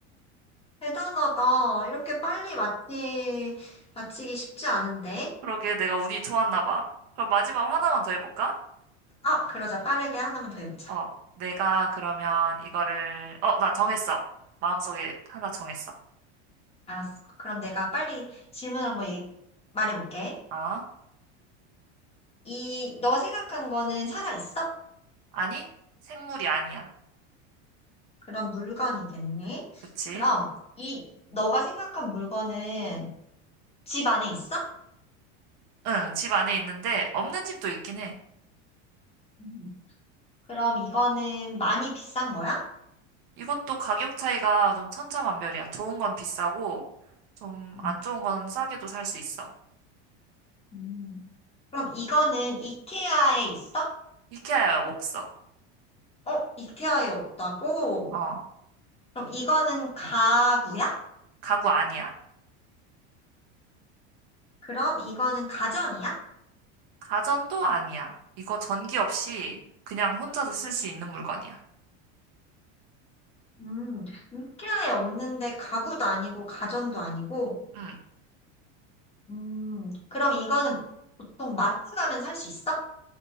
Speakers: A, on the left; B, on the right.
A: 대단하다. 이렇게 빨리 맞히, 맞히기 쉽지 않은데?
B: 그러게 내가 운이 좋았나 봐. 그럼 마지막으로 하나만 더 해볼까?
A: 아, 그러자. 빠르게 하나만 더 해보자.
B: 어, 내가 그러면 이거를, 어, 나 정했어. 마음속에 하나 정했어.
A: 알았어. 그럼 내가 빨리 질문을 한번 얘- 말해볼게.
B: 어?
A: 이, 너가 생각한 거는 살아있어?
B: 아니, 생물이 아니야.
A: 그럼 물건이겠니?
B: 그치?
A: 그럼 이, 너가 생각한 물건은 집 안에 있어?
B: 응, 집 안에 있는데 없는 집도 있긴 해.
A: 음. 그럼 이거는 많이 비싼 거야?
B: 이것도 가격 차이가 좀 천차만별이야. 좋은 건 비싸고 좀
A: 음.
B: 안 좋은 건 싸게도 살 수 있어.
A: 음. 그럼 이거는 이케아에 있어?
B: 이케아야 없어.
A: 어, 이케아에 없다고?
B: 어,
A: 그럼 이거는 가구야?
B: 가구 아니야.
A: 그럼 이거는 가전이야?
B: 가전도 아니야. 이거 전기 없이 그냥 혼자서 쓸 수 있는 물건이야.
A: 음, 이케아에 없는데 가구도 아니고 가전도 아니고
B: 음,
A: 음, 그럼 이거는 보통 마트 가면 살 수 있어?